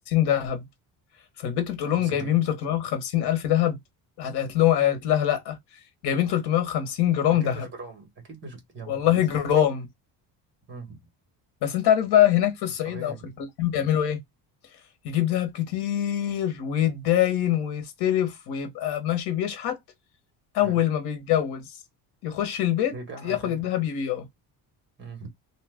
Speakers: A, on the left (about 75°); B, on the right (about 30°).
A: ذهب فالبنت بتقول
B: خمسين
A: لهم جايبين
B: ايه
A: ب 350 الف ذهب راحت قالت لهم قالت لها لا جايبين 350 جرام
B: أكيد
A: ذهب
B: مش جرام أكيد مش يا
A: والله
B: نهار أسود
A: جرام
B: مم.
A: بس انت عارف بقى هناك في الصعيد
B: مش طبيعي
A: او في الفلاحين بيعملوا ايه يجيب دهب كتير ويتداين ويستلف ويبقى ماشي بيشحت أول
B: مم.
A: ما بيتجوز يخش البيت
B: بيبيعها
A: ياخد
B: تاني
A: الدهب يبيعه
B: مم.